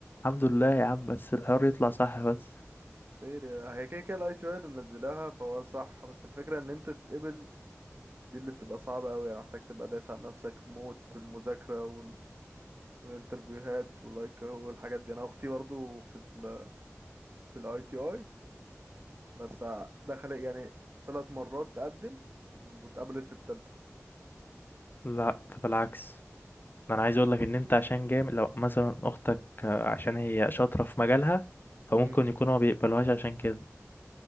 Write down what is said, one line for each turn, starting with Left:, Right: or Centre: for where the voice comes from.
Left: الحمد لله يا عم بس الحوار يطلع صح بس
Right: خير يا- هي كده كده الاي تي اي اللي منزلاها فهو صح بس الفكره ان انت تتقبل دي اللي بتبقى صعبه قوي يعني محتاج تبقى دايس على نفسك موت في المذاكره وال... والانترفيوهات واللايك والحاجات دي انا اختي برضو في ال... في الاي تي اي بس دخلت يعني ثلاث مرات تقدم واتقبلت في الثالثه
Left: لا ده بالعكس ده انا عايز اقول لك ان انت عشان جامد لو مثلا اختك آه، عشان هي شاطره في مجالها فممكن
Right: امم
Left: يكونوا ما بيقبلوهاش عشان كده